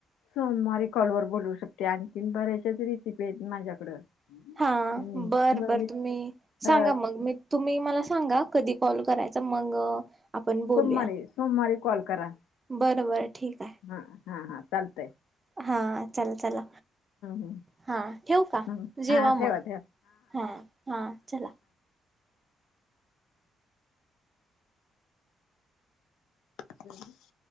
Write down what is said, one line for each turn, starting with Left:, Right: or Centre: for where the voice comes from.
Left: सोमवारी कॉलवर बोलवू शकते आणखी बऱ्याच्याच रेसिपी आहेत माझ्याकडं.
Right: हा
Left: हम्म
Right: बरं
Left: नवनीत
Right: बर तुम्ही सांगा
Left: अ
Right: मग मी. तुम्ही मला सांगा कधी कॉल करायचा मग. आपण
Left: सोमवारी
Right: बोलूया
Left: सोमवारी कॉल
Right: <inaudible>
Left: करा.
Right: बर बर ठीक आहे.
Left: हा हा हा चालतेय.
Right: हा चल चला.
Left: हम्म
Right: हा ठेव का
Left: हम्म
Right: जेवा
Left: हा ठेवा
Right: मग
Left: ठेवा.
Right: हा हा चला.
Left: <unintelligible>